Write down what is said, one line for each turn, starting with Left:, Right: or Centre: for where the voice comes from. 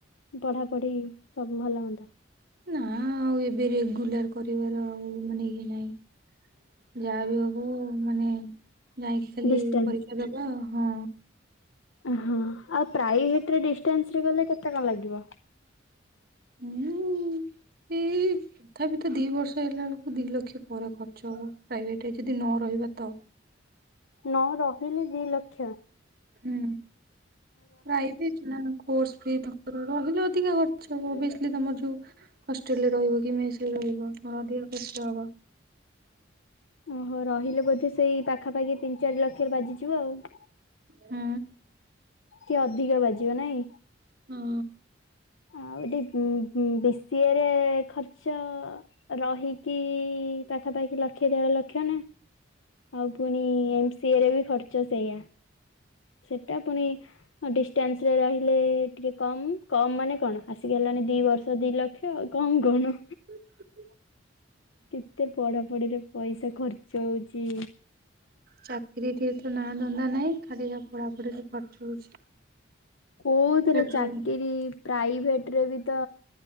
Left: ପଢା, ପଢି ସବୁ ଭଲ ହୁଅନ୍ତା ।
Right: ନା ଆଉ' ଏବେ ରେଗୁଲାର କରିବାର ଆଉ' ମାନେ ଇଏ ନାହିଁ ।ଯାହା ବି ହୁ, ମାନେ ଯାଇକି ଖାଲି
Left: ଡିଷ୍ଟାନ୍ସ
Right: ପରୀକ୍ଷା ଦବା। ହଁ,
Left: ହଁ, ଆଉ ପ୍ରାଇଭେଟ ରେ ଡିଷ୍ଟାନ୍ସ । ଗଲେ କେତେ କଣ, ଲାଗିବ?
Right: ହୁଁ, ଟି-ତଥାପି ତ ଦି ବର୍ଷ ହେଲା ବେଳକୁ, ଦି ଲକ୍ଷ ପରେ ଖର୍ଚ୍ଚ ହବ। ପ୍ରାଇଭେଟ ଯଦି ନ ରହିବା ତ।
Left: ନଅ ରହିିଲେ ଦିଇ ଲକ୍ଷ ।
Right: ହୁଁ, ରାଇ ପି, କୋର୍ସ ରହିଲେ ଅଧିକା ଖର୍ଚ୍ଚ ହବ। ଓଭିଓସିଲି, ତମର ଯୋଉ ହଷ୍ଟେଲରେ ରହିବ କି ମେସ ରହିବ ହଳଧିଆ ଖର୍ଚ୍ଚ ହବ ।
Left: ଓହୋ, ରହିଲେ ବୋଧେ ସେଇ ପାଖାପାଖି ତିନି, ଚାରି ଲକ୍ଷରେ ବାଜିଯିବ ଆଉ ।
Right: ହୁଁ
Left: କିଏ ଅଧିକା ବାଜିବ ନାଇଁ?
Right: ହଁ।
Left: ଆଉ ଏଠି ଉଁ- ଉଁ- ବି ସି ଏ ରେ ଖର୍ଚ୍ଚ ରହିକି ପାଖାପାଖି ଲକ୍ଷେ ଦେଢ ଲକ୍ଷ ନା। ଆଉ ପୁଣି ଏମ ସି ଏ ରେ ବି ଖର୍ ଚ ସେଇଆ। ସେଟା ପୁଣି ଡିଷ୍ଟାନ୍ସ ରେ ରହିଲେ ଟିକେ କମ। କମ ମାନେ କଣ ଆସିକି ହେଲାଣି ଦି ବର୍ଷ ଦି ଲକ୍ଷ କମ କଣ?
Right: ଆ
Left: କେତେ ପଢା ପଢିରେ ପଇସା ଖର୍ଚ୍ଚ ହଉଚି।
Right: ଚାକିରିଠି ଏତେ ନାଁ ଧନ୍ଦା ନାହିଁ ଖାଲି ଯାହା ପଢ଼ାପଢ଼ି ରେ ଖର୍ଚ୍ଚ ହଉଛି।
Left: କୋଉଥିରେ
Right: କୋଉଠି
Left: ଚାକିରିୀ ପ୍ରାଇଭେଟ୍ ରେ ବି ତ